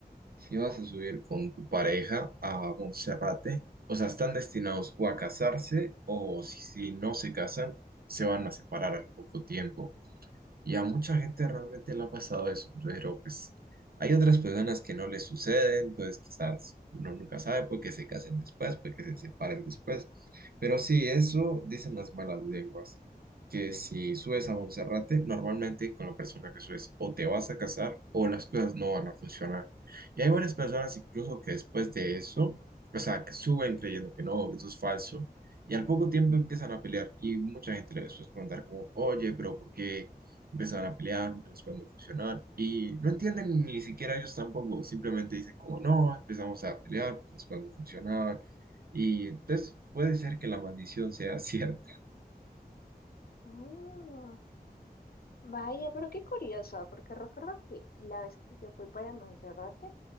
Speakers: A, on the right; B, on the left.
A: Si vas a subir con tu pareja a Monserrate, o sea, están destinados o a casarse o si, si no se casan, se van a separar al poco tiempo. Y a mucha gente realmente le ha pasado eso, pero pues hay otras personas que no les sucede, entonces quizás uno nunca sabe, puede que se casen después, puede que se separen después. Pero sí, eso dicen las malas lenguas, que si subes a Monserrate, normalmente con la persona que subes o te vas a casar o las cosas no van a funcionar. Y hay varias personas incluso que después de eso, o sea, que suben creyendo que no, que eso es falso, y al poco tiempo empiezan a pelear y mucha gente les suele preguntar como, oye, pero ¿por qué? empezaban a pelear porque las cosas no funcionaban y no entienden ni siquiera ellos tampoco, simplemente dicen como no, empezamos a pelear porque las cosas no funcionaban y entonces puede ser que la maldición sea cierta.
B: Ah, vaya, pero qué curioso, porque recuerdo que la vez que yo fui para Monserrate,